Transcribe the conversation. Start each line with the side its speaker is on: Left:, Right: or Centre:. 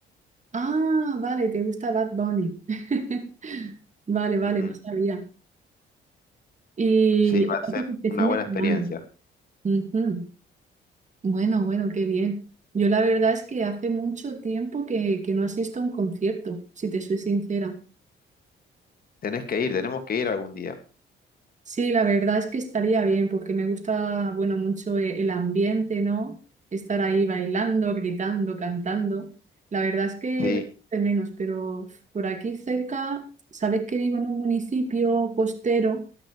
Right: Ah, vale, te gusta Bad Bunny. <laughs> Vale,
Left: <laughs>
Right: vale, no sabía. Y
Left: Sí, va
Right: aparte
Left: a ser
Right: de este
Left: una
Right: fin
Left: buena
Right: de semana.
Left: experiencia.
Right: Ujú. Bueno, bueno, qué bien. Yo la verdad es que hace mucho tiempo que, que no asisto a un concierto, si te soy sincera.
Left: Tenés que ir, tenemos que ir algún día.
Right: Sí, la verdad es que estaría bien porque me gusta, bueno, mucho e- el ambiente, ¿no? Estar ahí bailando, gritando, cantando. La verdad es que
Left: Sí.
Right: lo echo de menos, pero por aquí cerca, sabes que vivo en un municipio costero